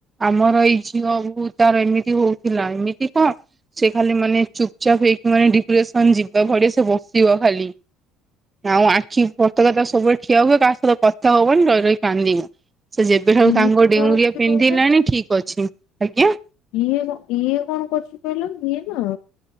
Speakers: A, on the right; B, on the left.
A: ଆମର ଏଇ ଝିଅ <unintelligible> ତାର ଏମିତି ହଉଥିଲା ଏମିତି ତ ସେ ଖାଲି ମାନେ ଚୁପ ଚାପ୍ ହେଇକି ମାନେ ଡିପ୍ରେସନ ଯିବା ଭଳିଆ ସେ ବସିବ ଖାଲି। ଆଉ ଆଖି ପତାକା ତା ସବୁବେଳେ ଠିଆ ହୁଏ କାହା ସହିତ କଥା ହବନି ରହି ରହି କାନ୍ଦିବ। ସେ ଯେବେ ଠାରୁ
B: ଇଏ
A: ତାଙ୍କ
B: କଣ
A: ଡେଉଁରିଆ
B: ହଉଛି
A: ପିନ୍ଧିଲାଣି
B: କହିଲ
A: ଠିକ ଅଛି ଆଜ୍ଞା।
B: ଇଏ ଇଏ କଣ କରୁଛି କହିଲ ଇଏ ନା